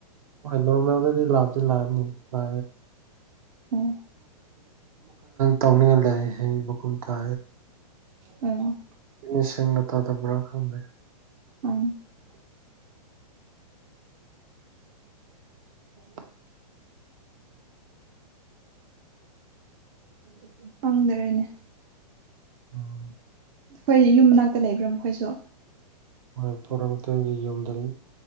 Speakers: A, on the right; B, on the right.
A: ꯃ ꯃ ꯑꯣꯗꯤ ꯂꯥꯕꯗꯤ ꯂꯥꯅꯤ ꯂ
B: ꯑꯣ
A: ꯇꯧ ꯂꯩ ꯍꯨꯇ
B: ꯎꯝ
A: ꯏꯁ ꯇꯥꯗꯕ꯭ꯔꯥ ꯈꯪꯗꯦ
B: ꯎ
A: ꯎ ꯎꯝ
B: ꯐꯪꯗꯔꯦꯅꯦ
A: ꯎꯝ
B: ꯑꯩꯈꯣꯏ ꯌꯨꯝ ꯃꯅꯥꯛꯇ ꯂꯩꯕ꯭ꯔꯥ ꯃꯈꯣꯏꯁꯨ
A: ꯍꯣꯏ ꯄꯣꯔꯛꯇꯒꯤ ꯌꯨꯝꯗ